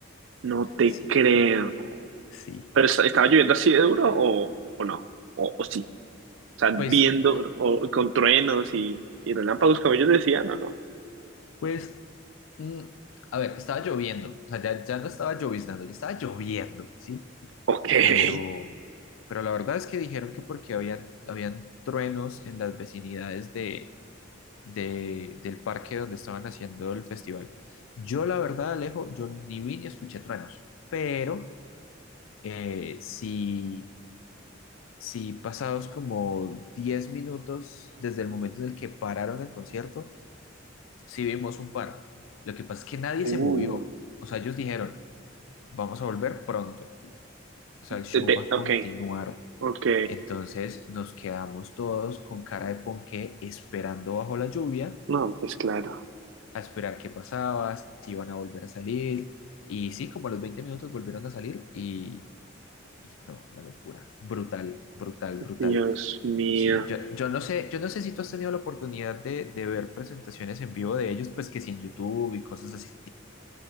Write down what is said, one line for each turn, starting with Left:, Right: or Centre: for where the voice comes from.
Right: no te
Left: Sí,
Right: creo.
Left: sí.
Right: ¿Pero est- estaba lloviendo así de duro o, o no? O, o sí. O sea,
Left: Pues,
Right: viendo o, con truenos y, y relámpagos, como ellos decían, no, no.
Left: pues Mm, a ver, estaba lloviendo, o sea, ya, ya no estaba lloviznando, ya estaba lloviendo, ¿sí?
Right: Ok. <laughs>
Left: Pero, pero la verdad es que dijeron que porque había, habían truenos en las vecinidades de, de- del parque donde estaban haciendo el festival. Yo, la verdad, Alejo, yo ni vi ni escuché truenos, pero eh, sí, sí pasados como 10 minutos desde el momento en el que pararon el concierto, sí vimos un par. Lo que pasa es que nadie
Right: Uh,
Left: se movió, o sea, ellos dijeron... vamos a volver pronto. O sea, el show
Right: de- de-
Left: va a
Right: ok,
Left: continuar.
Right: ok.
Left: Entonces nos quedamos todos con cara de ponqué esperando bajo la lluvia,
Right: No, pues claro.
Left: a esperar qué pasaba, si iban a volver a salir. Y sí, como a los 20 minutos volvieron a salir y, y no, la locura. Brutal, brutal, brutal.
Right: Dios mío.
Left: Sí, yo, yo no sé, yo no sé si tú has tenido la oportunidad de, de ver presentaciones en vivo de ellos, pues que sí en YouTube y cosas así.